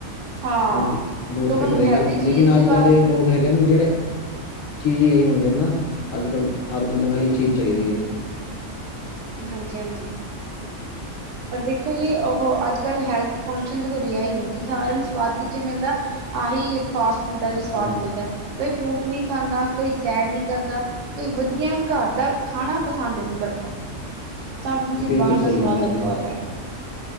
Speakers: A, on the right; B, on the left.
A: ਹਾਂ।
B: ਹਾਂਜੀ, ਬੋਹਤ
A: ਲੋਕਾਂ
B: ਫਿੱਟ
A: ਨੂੰ
B: ਰਹੇਗਾ
A: ਹੈਲਦੀ
B: ਲੇਕਿਨ
A: ਚੀਜ਼
B: ਅੱਜ-ਕੱਲ੍ਹ
A: ਵੱਲ
B: ਦੇ ਲੋਕ ਹੈਗੇ ਨੇ ਜਿਹੜੇ ਚੀਜ਼ ਹੀ ਇਹੀ ਮੰਗਦੇ ਨੇ ਨਾ ਅੱਜ-ਕੱਲ੍ਹ ਹਰ ਬੰਦੇ ਨੂੰ ਇਹੀ ਚੀਜ਼ ਚਾਹੀਦੀ ਏ।
A: ਹਾਂਜੀ-ਹਾਂਜੀ ਪਰ ਦੇਖੋ ਜੀ ਉਹ ਅੱਜ-ਕੱਲ ਹੈਲਥ ਕੋਸ਼ੀਅਨ ਤੇ ਕੋਈ ਰਿਹਾ ਹੀ ਨੀ ਜੀ, ਸਾਰਿਆਂ ਨੂੰ ਸਵਾਦ ਕਿਦੇ ਚ ਮਿਲਦਾ ਆਹੀ, ਫਾਸਟ ਫੂਡਾ ਵਿੱਚ ਸਵਾਦ
B: ਹਾਂਜੀ
A: ਮਿਲਦਾ। ਕੋਈ ਫਰੂਟ ਨੀ ਖਾਂਦਾ, ਕੋਈ ਸੈਰ ਨੀ ਕਰਦਾ, ਕੋਈ ਵਧੀਆ ਘਰ ਦਾ ਖਾਣਾ ਪਸੰਦ ਨੀ ਕਰਦਾ, ਸਭ ਨੂੰ ਜੀ
B: ਬਿਲਕੁਲ
A: ਬਾਰ
B: ਸਹੀ
A: ਦਾ ਸਵਾਦ
B: ਗੱਲ ਹੈ
A: ਲੱਗਾ
B: ਜੀ
A: ਹੋਇਆ।